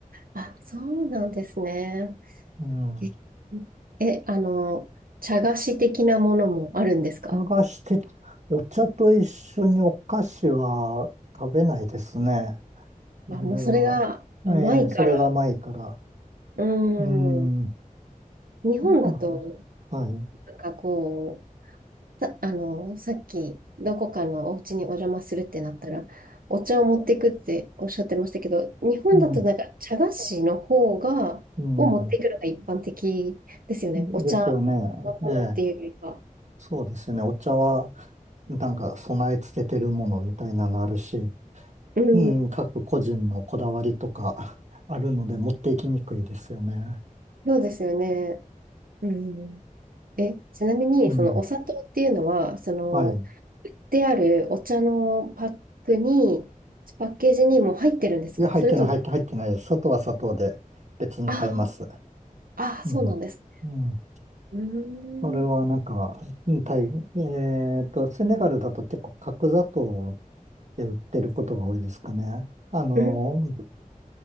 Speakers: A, on the right; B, on the right.
A: あ、そうなんですね。
B: うん。
A: え、えあの、茶菓子的なものもあるんですか
B: 探して、お茶と一緒にお菓子は食べないですね。それは、
A: あ、もうそれが甘いから。
B: ええ、それが甘いから。
A: うー
B: うーん、
A: ん。日本だと、
B: まあはい。
A: なんかこう、た、あの、さっき、どこかのお家にお邪魔するってなったら、お茶を持っていくっておっしゃってましたけど、日本だとなんか茶菓子の方が、
B: うん、うん。
A: を持っていくのが一般的ですよね。
B: ですよね。
A: お茶のものっていうよりか。
B: ええ。そうですね。お茶は、なんか備え付けてるものみたいなのあるし、
A: うん、
B: うん、各個人のこだわりとか <laughs> あるので持っていきにくいですよね。
A: そうですよね。うん。え、ちなみに、
B: うん。
A: そのお砂糖っていうのは、その、
B: はい。
A: であるお茶のパックに、パッケージにもう入ってるんですかそれとも、
B: いや、入ってない、入って、入ってないです。砂糖は砂糖で別に買います。
A: ああ、ああ、
B: うん。
A: そうなんです。
B: うん。
A: うーん。
B: それはなんか、うん、タイ、えっと、セネガルだと結構角砂糖で売ってることが多いですかね。あの、
A: うん